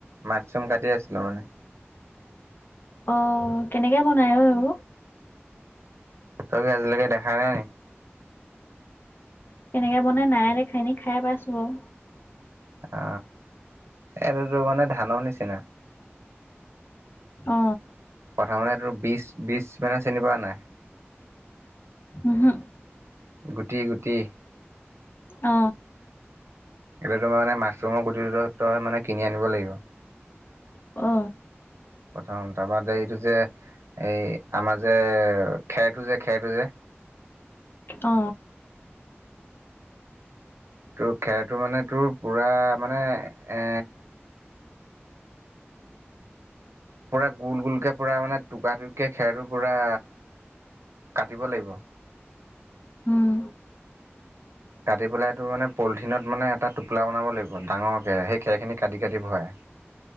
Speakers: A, on the right; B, on the left.
A: মাছৰুম কাটি আছিলো মানে।
B: অঁ কেনেকে বনায় অ এইবোৰ
A: তই কি আজিলেকে দেখাই নাই নি?
B: কেনেকে বনাই নাই দেখা, এনে খাই পাইছো বাৰু।
A: অ এইটোতো মানে ধানৰ নিচিনা।
B: অ
A: প্ৰথমতে তোৰ বিচ বিচ মানে চিনি পাৱ নাই?
B: উহো
A: গুটি গুটি
B: অ
A: এতিয়াতো ম মানে মাছৰুমৰ গুটিটো তই কিনি আনিব লাগিব।
B: অ
A: প্ৰথম তাৰবাদে এইটো যে এই আমাৰ যে খেৰটো যে খেৰটো যে
B: অ
A: তোৰ খেৰটো মানে তোৰ পূৰা মানে এ পুৰা গোল গোলকে পুৰা মানে টুকা টুকে খেৰটো পুৰা কাটিব লাগিব।
B: উম।
A: কাটি পেলাই টোৰ মানে পলিথিনত মানে এটা টোপোলা বনাব লাগিব ডাঙৰ কে সেই খেৰখিনি কাটি কাটি ভৰাই।